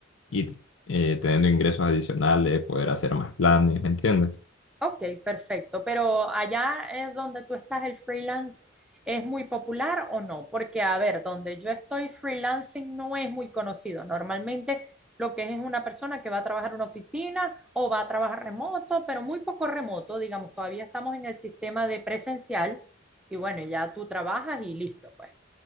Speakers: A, on the left; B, in the centre.
A: ir, eh, teniendo ingresos adicionales, poder hacer más planes, ¿me entiendes?
B: Ok, perfecto. Pero allá es donde tú estás, el freelance es muy popular o no? Porque, a ver, donde yo estoy, freelancing no es muy conocido. Normalmente lo que es es una persona que va a trabajar en una oficina o va a trabajar remoto, pero muy poco remoto, digamos, todavía estamos en el sistema de presencial y bueno, ya tú trabajas y listo, pues.